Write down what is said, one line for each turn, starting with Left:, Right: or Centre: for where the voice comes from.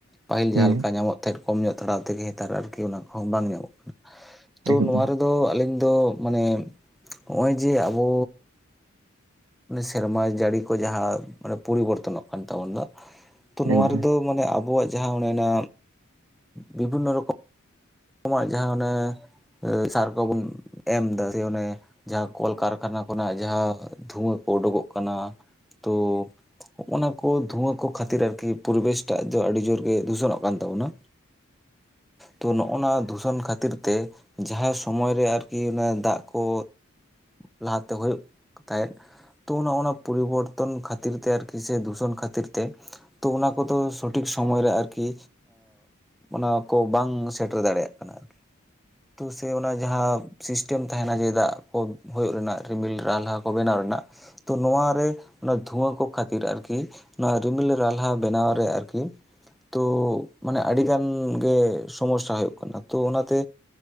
Centre: ᱯᱟᱹᱦᱤᱞ ᱡᱟᱦᱟᱸ
Right: ᱦᱮᱸ
Centre: ᱞᱮᱠᱟ ᱧᱟᱢᱚᱜ ᱛᱮᱫ ᱠᱚᱢ ᱧᱚᱜ ᱛᱷᱟᱲᱟᱣ ᱛᱮᱜᱮ ᱱᱮᱛᱟᱨ ᱟᱨᱠᱤ ᱚᱱᱟ ᱠᱚᱦᱚᱸ ᱵᱟᱝ ᱧᱟᱢᱚᱜ ᱠᱟᱱᱟ, ᱛᱳ
Right: ᱮᱠᱫᱚᱢ
Centre: ᱱᱚᱣᱟ ᱨᱮ ᱫᱚ ᱟᱹᱞᱤᱧ ᱫᱚ ᱢᱟᱱᱮ ᱦᱚᱜᱚᱭ ᱡᱮ ᱟᱵᱚ ᱥᱮᱨᱢᱟ ᱡᱟᱹᱲᱤ ᱠᱚ ᱡᱟᱦᱟᱸ ᱢᱟᱱᱮ ᱯᱚᱨᱤᱵᱚᱨᱛᱚᱱᱚᱜ ᱠᱟᱱ ᱛᱟᱵᱳ ᱫᱚ, ᱛᱚ ᱱᱚᱣᱟ
Right: ᱮᱠᱫᱚᱢ
Centre: ᱨᱮᱫᱚ ᱢᱟᱱᱮ ᱟᱵᱚᱣᱟᱜ ᱡᱟᱦᱟᱸ ᱚᱱᱮᱱᱟ, ᱵᱤᱵᱷᱤᱱᱱᱚ ᱨᱚᱠᱚᱢ ᱠᱚᱢᱟᱜ ᱡᱟᱦᱟᱸ ᱚᱱᱮ ᱥᱟᱨ ᱠᱚᱵᱩᱱ ᱮᱢ ᱫᱟ ᱥᱮ ᱚᱱᱮ ᱡᱟᱦᱟᱸ ᱠᱚᱞᱠᱟᱨᱠᱷᱟᱱᱟ ᱠᱷᱚᱱᱟᱜ ᱡᱟᱦᱟᱸ ᱛᱷᱩᱣᱟᱹ ᱠᱚ ᱳᱰᱳᱠᱚᱜ ᱠᱟᱱᱟ, ᱛᱚ ᱦᱚᱜᱚᱱᱟ ᱠᱚ ᱫᱷᱩᱣᱟᱹ ᱠᱚ ᱠᱷᱟᱹᱛᱤᱨ ᱟᱨᱠᱤ ᱯᱩᱨᱮᱵᱮᱥ ᱴᱟᱜ ᱫᱚ ᱟᱹᱰᱤ ᱡᱳᱨ ᱜᱮ ᱫᱷᱩᱥᱚᱱᱚᱜ ᱠᱟᱱ ᱛᱟᱵᱚᱱᱟ᱾ ᱛᱚ ᱱᱚᱜ ᱚᱱᱟ ᱫᱩᱥᱚᱱ ᱠᱷᱟᱹᱛᱤᱨ ᱛᱮ ᱡᱟᱦᱟᱸ ᱥᱩᱢᱚᱭ ᱨᱮ ᱟᱨᱠᱤ ᱚᱱᱮ ᱫᱟᱜ ᱠᱚ ᱞᱟᱦᱟᱛᱮ ᱦᱳᱭᱳᱜ ᱛᱟᱦᱮᱸᱫ᱾ ᱛᱚ ᱚᱱᱟ ᱚᱱᱟ ᱯᱚᱨᱤᱵᱚᱨᱛᱚᱱ ᱠᱷᱟᱹᱛᱤᱨ ᱛᱮ ᱟᱨᱠᱤ ᱥᱮ ᱫᱩᱥᱚᱱ ᱠᱷᱟᱹᱛᱤᱨ ᱛᱮ, ᱛᱚ ᱚᱱᱟ ᱠᱚᱫᱚ ᱥᱚᱴᱷᱤᱠ ᱥᱚᱢᱚᱭ ᱨᱮ ᱟᱨᱠᱤ ᱚᱱᱟ ᱠᱚ ᱵᱟᱝ ᱥᱮᱴᱮᱨ ᱫᱟᱲᱮᱭᱟᱜ ᱠᱟᱱᱟ ᱟᱨᱠᱤ ᱛᱚ ᱥᱮ ᱚᱱᱟ ᱡᱟᱦᱟᱸ ᱥᱤᱥᱴᱮᱢ ᱛᱟᱦᱮᱱᱟ ᱡᱮ ᱫᱟᱜ ᱠᱚ ᱦᱩᱭᱳᱜ ᱨᱮᱱᱟᱜ ᱨᱤᱢᱤᱞ ᱨᱟᱦᱞᱟ ᱠᱚ ᱵᱮᱱᱟᱣ ᱨᱮᱱᱟᱜ ᱛᱚ ᱱᱚᱣᱟᱨᱮ ᱚᱱᱟ ᱫᱷᱩᱣᱟᱹ ᱠᱚ ᱠᱷᱟᱹᱛᱤᱨ ᱟᱨᱠᱤ, ᱱᱚᱣᱟ ᱨᱤᱢᱤᱞ ᱨᱟᱞᱦᱟ ᱵᱮᱱᱟᱣ ᱨᱮ ᱟᱨᱠᱤ ᱛᱚ ᱢᱟᱱᱮ ᱟᱹᱰᱤᱜᱟᱱ ᱜᱮ, ᱥᱚᱢᱚᱥᱥᱟ ᱦᱩᱭᱩᱜ ᱠᱟᱱᱟ ᱛᱚ ᱚᱱᱟᱛᱮ